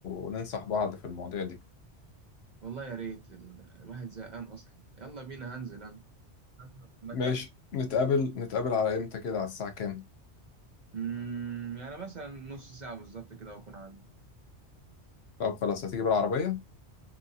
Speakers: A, on the left (about 65°); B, on the right (about 45°).
A: وننصح بعض في المواضيع دي
B: والله يا ريت ال- الواحد زهقان اصلا يلا بينا هنزل انا هنزل استناك
A: ماشي
B: تحت
A: نتقابل نتقابل على امتى كده على الساعة كام
B: أمم، يعني مثلا نص ساعة بالظبط كده واكون عندي
A: طب خلاص هتيجي بالعربية